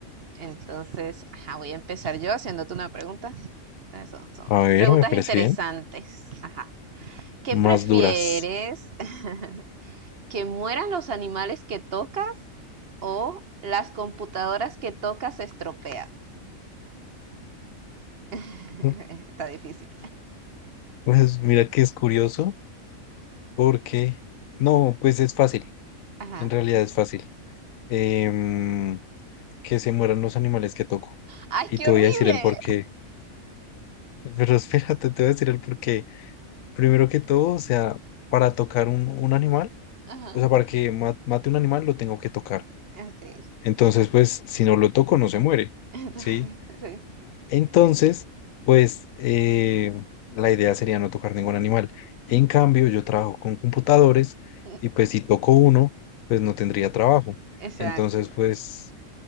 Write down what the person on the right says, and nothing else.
Entonces, ajá, voy a empezar yo haciéndote una pregunta. Ah, Son, son
preguntas
interesantes.
Ajá. ¿Qué
prefieres?
<laughs> ¿Que mueran los animales que tocas o las computadoras que tocas se estropean? <laughs>
Está difícil.
Ajá.
¡Ay,
qué
horrible!
Ajá.
Ok.
Entonces,
<laughs>
Sí,
exacto.